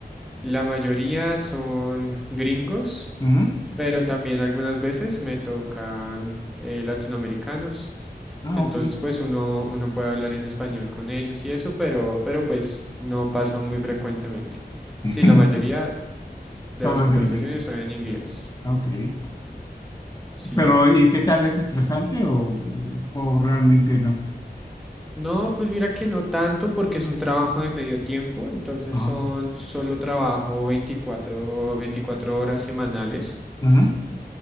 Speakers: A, in the centre; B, on the left.
A: La mayoría son gringos,
B: ujú,
A: pero también algunas veces me tocan eh, latinoamericanos.
B: Ah,
A: Entonces,
B: ok,
A: pues uno, uno puede hablar en español con ellos y eso, pero, pero pues no pasa muy frecuentemente.
B: <laughs>
A: Sí, la mayoría de
B: todo
A: las conversaciones
B: es en inglés,
A: son en inglés.
B: ok.
A: Sí.
B: ¿Pero y qué tal, es estresante o, o realmente no?
A: No, pues mira que no tanto porque es un trabajo de medio tiempo, entonces
B: Ajá,
A: son solo trabajo veinticuatro 24 horas semanales.
B: ujú,